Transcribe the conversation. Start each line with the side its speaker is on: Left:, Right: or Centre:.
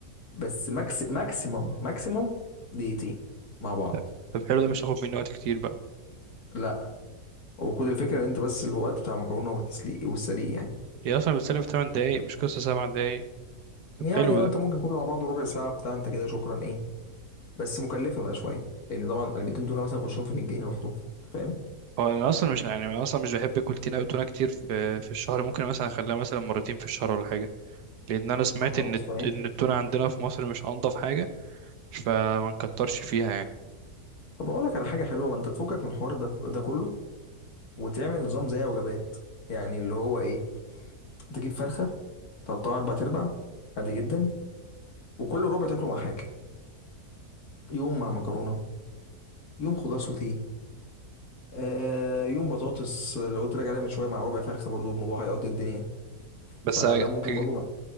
Left: بس ماكس ماكسيمم ماكسيمم دقيقتين مع بعض
Right: طب طب حلو ده مش هاخد مني وقت كتير بقى
Left: لا هو كل الفكره ان انت بس الوقت بتاع المكرونه والتسليق والسليق يعني
Right: هي اصلا بتسلف 8 دقايق مش قصه 7 دقايق طب
Left: يعني
Right: حلو
Left: اه
Right: ده
Left: انت ممكن كله على بعضه ربع ساعه بتاع انت كده شكرا ايه بس مكلفه بقى شويه لان طبعا علبتين تونه مثلا يخشهم في 100 جنيه لوحدهم انت فاهم
Right: هو انا اصلا مش يعني انا اصلا مش بحب اكل تونه تونه كتير في في الشهر ممكن مثلا اخليها مثلا مرتين في الشهر ولا حاجه لان انا سمعت
Left: طب خلاص
Right: ان الت-
Left: تمام
Right: ان التونه عندنا في مصر مش انضف حاجه فما نكترش فيها يعني
Left: طب اقول لك على حاجه حلوه ما انت تفكك من الحوار ده ده كله وتعمل نظام زي وجبات يعني اللي هو ايه تجيب فرخه تقطعها اربع ارباع عادي جدا وكل ربع تاكله مع حاجه يوم مع مكرونه يوم خضار سوتيه آه يوم بطاطس اللي قلت لك عليها من شويه مع ربع فرخه برضو الموضوع هيقضي الدنيا
Right: بس
Left: فده
Right: أ-
Left: ممكن
Right: أ-
Left: برضو من